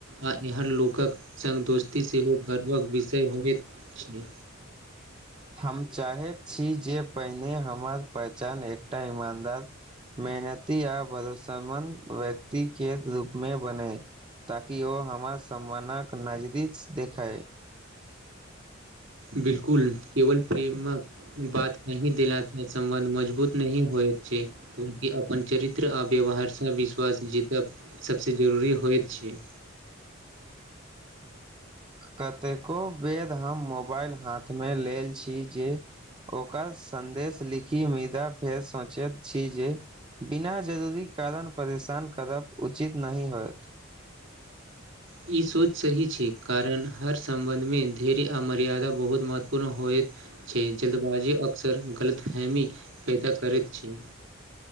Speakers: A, on the right; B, on the right.
A: आ एहन लोकक संग दोस्ती सेहो गर्वक विषय होएत छै
B: हम चाहैत छी जे पहिने हमर पहचान एकटा ईमानदार मेहनती आ भरोसामंद व्यक्तिके रूपमे बने ताकि ओ हमरा सम्मानक नजदीक देखैय
A: बिल्कुल केवल प्रेमक बात कहि देलासँ सम्बंध मजबूत नहि होइ छै उनके अपन चरित्र आ व्यवहारसँ विश्वास जीतब सबसे जरूरी होएत छै
B: कतेको बेर हम मोबाइल हाथमे लेल छी जे ओकर सन्देश लीखी मुदा फेर सोचैत छी जे बिना जरूरी कारण परेशान करब उचित नहि होएत
A: ई सोच सही छै कारण हर सम्बन्धमे धैर्य आ मर्यादा बहुत महत्वपूर्ण होएत छै जल्दबाजी अक्सर गलतफहमी पैदा करैत छै